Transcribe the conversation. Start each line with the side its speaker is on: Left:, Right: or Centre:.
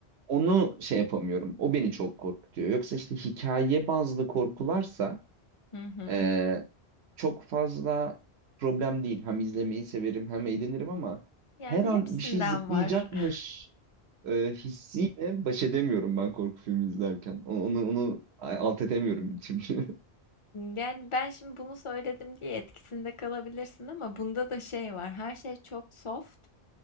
Right: Onu şey yapamıyorum. O beni çok korkutuyor. Yoksa işte hikaye bazlı korkularsa
Left: Hı hı.
Right: eee, çok fazla problem değil. Hem izlemeyi severim hem eğlenirim ama
Left: Yani
Right: her an
Left: hepsinden
Right: bir şey zıplayacakmış
Left: var. <laughs>
Right: eee, hissiyle baş edemiyorum ben korku filmi izlerken. O- Onu, onu alt edemiyorum bir türlü.
Left: Yani ben şimdi bunu söyledim diye etkisinde kalabilirsin ama bunda da şey var. Her şey çok soft